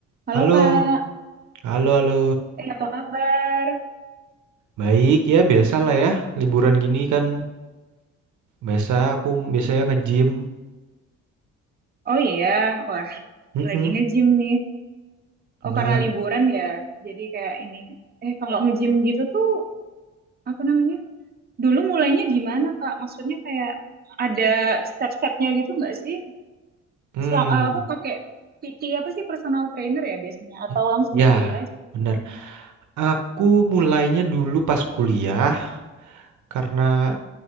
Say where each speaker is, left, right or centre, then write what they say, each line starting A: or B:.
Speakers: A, on the right; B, on the right.
A: Halo
B: Halo,
A: Kak,
B: halo, halo.
A: eh apa kabar?
B: Baik ya, biasalah ya. Liburan gini kan biasa aku biasanya nge-gym.
A: Oh iya, wah
B: Mm-mm,
A: lagi nge-gym nih.
B: bener.
A: Oh karena liburan ya, jadi kayak ini. Eh kalau nge-gym gitu tuh apa namanya? Dulu mulainya gimana Kak? Maksudnya kayak ada step-stepnya gitu nggak sih?
B: Hmm,
A: Selam, eh, apa pakai PT apa sih personal trainer ya biasanya?
B: y-
A: Atau langsung
B: ya,
A: sendiri aja?
B: bener. Aku mulainya dulu pas kuliah karena